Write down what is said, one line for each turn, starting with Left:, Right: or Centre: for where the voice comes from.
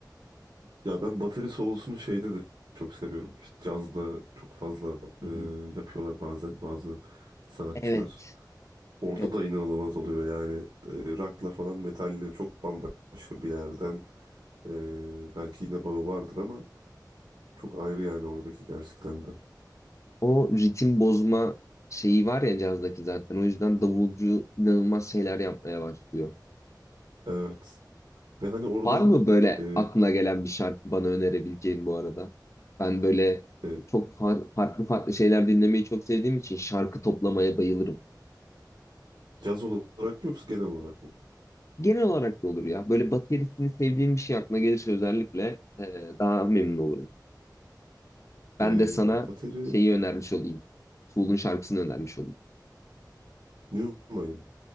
Right: Ya ben bateri solosunu şeyde de çok seviyorum. İşte cazda çok fazla
Left: Hı
Right: e,
Left: hı.
Right: yapıyorlar bazen bazı sanatçılar.
Left: Evet.
Right: Orada
Left: Evet.
Right: da inanılmaz oluyor yani e, rock'la falan metalle çok bambaşka bir yerden e, belki yine bağı vardır ama çok ayrı yani oradaki gerçekten de.
Left: O ritim bozma şeyi var ya cazdaki zaten. O yüzden davulcu inanılmaz şeyler yapmaya başlıyor.
Right: Evet ve hani oradan
Left: Var mı böyle
Right: e,
Left: aklına gelen bir şarkı bana önerebileceğin bu arada? Ben böyle
Right: e,
Left: çok far- farklı farklı şeyler dinlemeyi çok sevdiğim için şarkı toplamaya bayılırım.
Right: caz olarak mı yoksa genel olarak mı?
Left: Genel olarak da olur ya. Böyle baterisini sevdiğim bir şey aklına gelirse özellikle e, daha memnun olurum. Ben
Right: E,
Left: de sana
Right: bateri
Left: şeyi önermiş olayım. Tool'un şarkısını önermiş olayım.
Right: Newmay'ım.